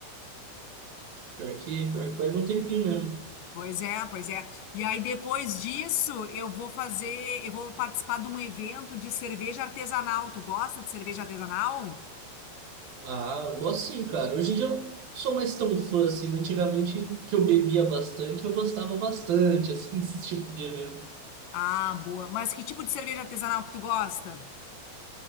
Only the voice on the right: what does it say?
Pior que, pior que perde um tempinho mesmo.
Ah, eu gosto sim, cara. Hoje em dia eu não sou mais tão fã assim. mas Antigamente, que eu bebia bastante, eu gostava bastante, assim, <laughs> desse tipo de evento.